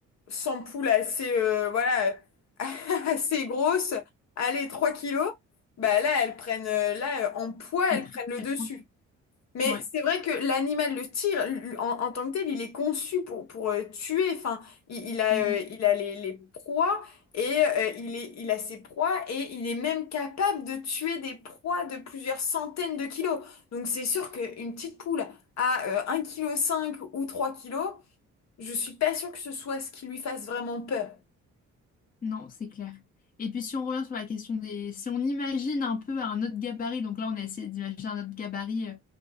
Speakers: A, on the left; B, on the left.
A: 100 poules assez, euh, voilà, <laughs> assez grosses, allez, 3 kilos, bah là, elles prennent, euh, là, euh, en poids,
B: elle
A: elles
B: pr-
A: prennent le
B: elle
A: dessus.
B: prend-
A: Mais
B: ouais.
A: c'est vrai que l'animal, le tir, l- en, en tant que tel, il est conçu pour, pour euh, tuer. Enfin, il, il a,
B: Mm,
A: euh,
B: mm.
A: il a les, les proies et euh, il est, il a ses proies et il est même capable de tuer des proies de plusieurs centaines de kilos. Donc c'est sûr qu'une petite poule à euh, 1,5 kg ou 3 kilos, je suis pas sûre que ce soit ce qui lui fasse vraiment peur.
B: Non, c'est clair. Et puis si on revient sur la question des... Si on imagine un peu un autre gabarit, donc là on a essayé d'imaginer un autre gabarit euh,